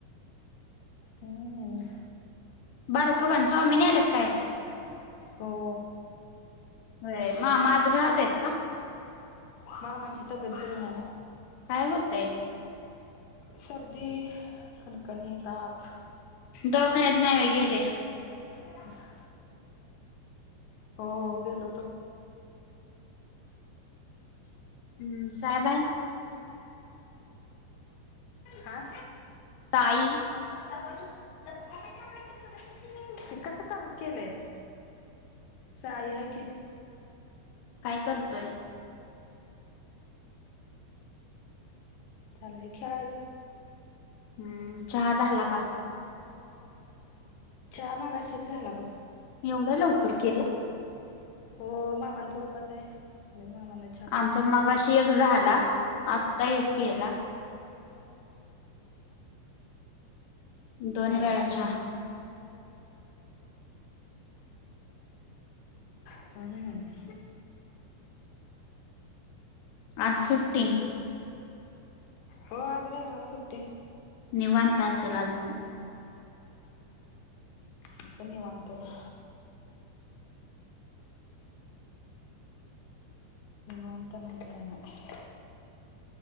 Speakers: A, on the left; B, on the left.
A: हम्म.
B: बारकं पण स्वामीने आले काय?
A: हो.
B: होय मामा घरात आहेत का?
A: मामांची तब्येत बरी नाही ना.
B: काय होतंय?
A: सर्दी, कणकणी, ताप.
B: दवाखान्यात नाही वे गेले?
A: <unintelligible> हो गेलो होतो.
B: हम्म साहेब आहे?
A: हा
B: ताई
A: <unintelligible> ते कसं क केलेय साई आहे की.
B: काय करतोय?
A: चाललय खेळायचं.
B: हम्म चहा झाला का?
A: चहा मगाशीच झाला बघं.
B: एवढ्या लवकर केलं.
A: हो मामांचा उपास आहे आणि मामाांना चा
B: आमचा मगाशी एक झाला आत्ता एक केला. दोन
A: होय
B: वेळा चहा.
A: हम्म हम्म <unintelligible>
B: आज सुट्टी
A: तर काय. हो आज रविवार सुट्टी.
B: निवांत असेल अजून.
A: कसं निवांत गं. निवांत नाय ने काय नाय.